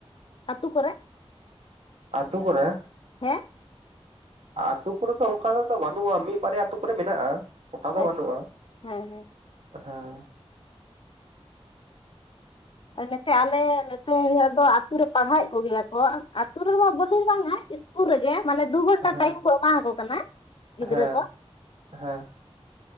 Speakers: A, on the left; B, on the right.
A: ᱟᱹᱛᱩ ᱠᱚᱨᱮ,
B: ᱟᱹᱛᱩ ᱠᱚᱨᱮ
A: ᱦᱮᱸ᱾
B: ᱟᱹᱛᱩ ᱠᱚᱨᱮ ᱫᱚ ᱚᱱᱠᱟ ᱫᱚ ᱵᱟᱹᱱᱩᱜᱼᱟ᱾ ᱢᱤᱫ ᱵᱟᱨᱭᱟ ᱟᱹᱛᱩ ᱠᱚᱨᱮ ᱢᱮᱱᱟᱜᱼᱟ, ᱜᱳᱴᱟ
A: ᱦᱮᱸ
B: ᱫᱚ ᱵᱟᱹᱱᱩᱜᱼᱟ᱾
A: ᱦᱮᱸ
B: ᱦᱮᱸ᱾
A: ᱱᱮᱛᱮ ᱟᱞᱮ ᱱᱮᱛᱮ ᱭᱚᱫᱚ ᱟᱹᱛᱩ ᱨᱮ ᱯᱟᱲᱦᱟᱣᱮᱫ ᱠᱚᱜᱮᱭᱟ ᱠᱚ᱾ ᱟᱹᱛᱩ ᱨᱮᱫᱚ ᱢᱟ ᱵᱚᱞᱤᱥ ᱵᱟᱝ ᱟ ᱤᱥ -ᱠᱩᱞ ᱨᱮᱜᱮ ᱢᱟᱱᱮ ᱫᱩ ᱜᱷᱚᱱᱴᱟ
B: ᱦᱮᱸ
A: ᱴᱟᱭᱤᱢ ᱠᱚ ᱮᱢᱟᱣ ᱠᱚ ᱠᱟᱱᱟ, ᱜᱤᱫᱽᱨᱟᱹ
B: ᱦᱮᱸ
A: ᱠᱚ᱾
B: ᱦᱮᱸ